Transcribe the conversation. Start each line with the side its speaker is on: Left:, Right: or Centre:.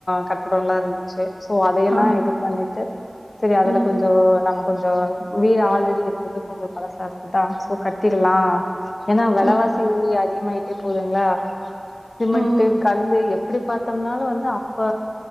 Left: கட்டடோலா இருந்துச்சு சோ அதைய எல்லாம்
Right: ஆம்
Left: இது பண்ணிட்டு சரி அதுல
Right: ம்
Left: கொஞ்சோ நம்ம கொஞ்சோ வீடு ஆல்ரெடி இருந்தது கொஞ்சோ பழசா இருந்ததா சோ கட்டிடலா ஏனா வெலவாசி
Right: ம்
Left: அதிகமாயிட்டே போதுங்ளா சிமெண்ட்டு
Right: ம்
Left: கல்லு எப் எப்டி பாத்தம்னாலு வந்து அப்ப